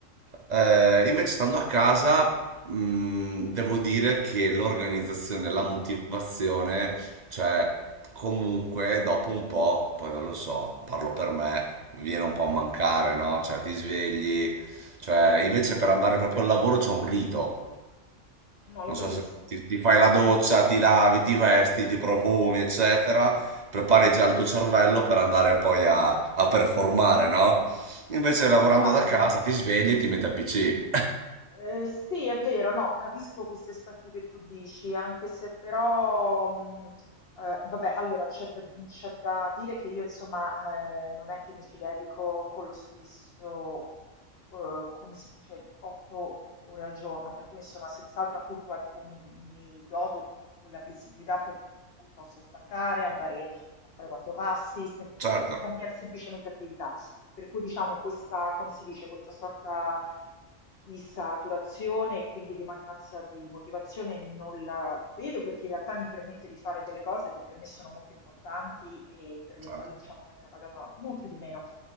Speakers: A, on the right (about 40°); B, on the left (about 55°).
A: Eh,
B: Mh-mh.
A: invece stando a casa, mh, devo dire che l'organizzazione, la motivazione cioè, comunque, dopo un po', poi non lo so, parlo per me, viene un po' a mancare, no? Cioè, ti svegli, cioè, invece per andare proprio al lavoro c'è un rito.
B: No, lo
A: Non
B: capisco.
A: so se ti, ti fai la doccia, ti lavi, ti vesti, ti profumi, eccetera, prepari già il tuo cervello per andare poi a, a performare, no? Invece lavorando
B: Guarda,
A: da casa ti svegli e ti metti al PC.
B: Eh, sì, è vero, no, capisco questi aspetti che tu dici, anche se però, mh, eh, vabbè, allora c'è da, c'è da dire che io, insomma, eh, non è che mi ci dedico con lo stesso, eh, come si dice, otto ore al giorno, per cui, insomma, senz'altro, appunto, ecco, mi, mi godo quella flessibilità per cui posso staccare, andare a fare quattro passi, sem-
A: Certo,
B: o cambiare semplicemente attività. Per cui diciamo questa, come si dice, questa sorta di saturazione e quindi di mancanza di motivazione non la vedo perché in realtà mi permette di fare delle cose che per me sono molto importanti e per le
A: certo.
B: quali diciamo venga pagata molto di meno.